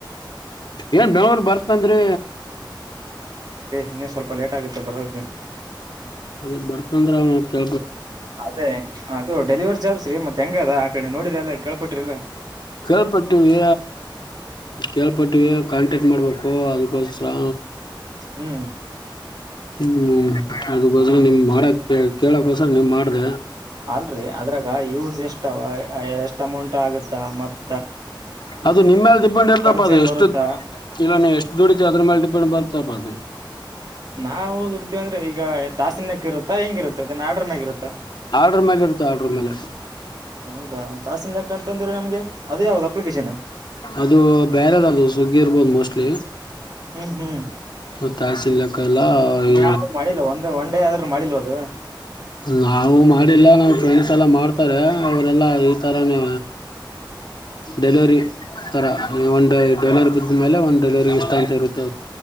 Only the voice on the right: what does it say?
ಇನ್ನೆ ಸ್ವಲ್ಪ ಲೇಟ್ ಆಗುತ್ತೆ ಬರೋದಕ್ಕೆ
ಅದೇ ಅದು ಡೆಲಿವರಿ ಜಾಬ್ಸ್ರಿ ಮತ್ತತ್ ಹೆಂಗ ಅದ ಆ ಕಡೆ ನೋಡಿರಿ ಎಲ್ಲ ಕೇಳ್ಪಟ್ರಿಲ್ಲ
ಹ್ಮ್
ಅಲ್ರರಿ ಅದ್ರಾಗ ಯೂಸ್ ಎಷ್ಟ ಎಷ್ಟ್ ಅಮೌಂಟ್ ಆಗತ್ತ ಮತ್
ಖರ್ಚ
ಏನ್
ಬರುತ್ತಾ
ನಾವವು ದುಡ್ತಿೀವಂದ್ರೆ ಈಗ ತಾಸಿನ ಇರುತ್ತಾ ಹೆಂಗಿರುತ್ತೆ ಅದನ್ನ ಆರ್ಡರ್ ಮ್ಯಾಗ ಇರುತ್ತಾ
ಹೌದಾ ತಾಸಿನ ಲೆಕ್ಕ ಅಂತಂದ್ರೆ ನಮ್ಗೆ ಅದೇ ಯಾವ್ದ್ ಅಪ್ಲಿಕೇಶನ್
ಹ್ಮ್ ಹ್ಮ್
ಯಾವಾಗ ಮಾಡಿಲ್ಲ ಒಂದ್ ಒನ್ ಡೇ ಆದ್ರ ಮಾಡಿಲ್ವ ಅದು